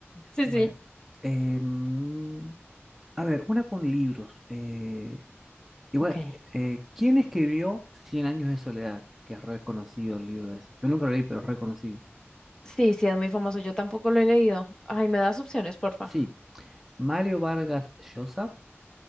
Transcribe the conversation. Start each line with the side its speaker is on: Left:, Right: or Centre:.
Left: Sí,
Centre: Bueno,
Left: sí.
Centre: em, a ver, una con libros. eh, igual,
Left: Ok.
Centre: eh, ¿quién escribió Cien años de soledad? Que es reconocido el libro ese. Yo nunca lo leí, pero es reconocido.
Left: Sí, sí, es muy famoso. Yo tampoco lo he leído. Ay, me das opciones, porfa.
Centre: Sí, Mario Vargas Llosa,